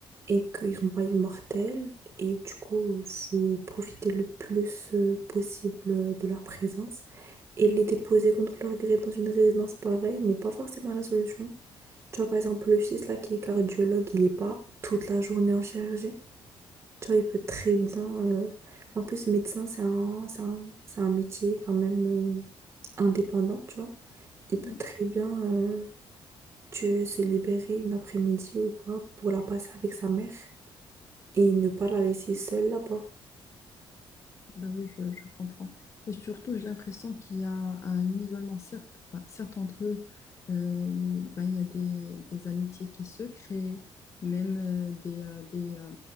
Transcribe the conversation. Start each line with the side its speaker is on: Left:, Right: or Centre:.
Right: et qu'ils sont pas immortels. Et du coup, faut profiter le plus euh, possible de leur présence. Et les déposer contre leur gré dans une résidence pareille n'est pas forcément la solution. Tu vois, par exemple, le fils là qui est cardiologue, il n'est pas toute la journée en chirurgie. Tu vois, il peut très bien. euh, En plus, médecin, c'est un, c'est un, c'est un métier quand même euh, indépendant, tu vois. Il peut
Left: Mm.
Right: très bien euh, tu, se libérer une après-midi ou quoi pour la passer avec sa mère et ne pas la laisser seule là-bas.
Left: Ben oui, je, je comprends. Et surtout, j'ai l'impression qu'il y a un isolement, certes, ben, certes entre eux, euh, il, ben, il y a des, des amitiés qui se créent, même euh, des, euh, des, euh,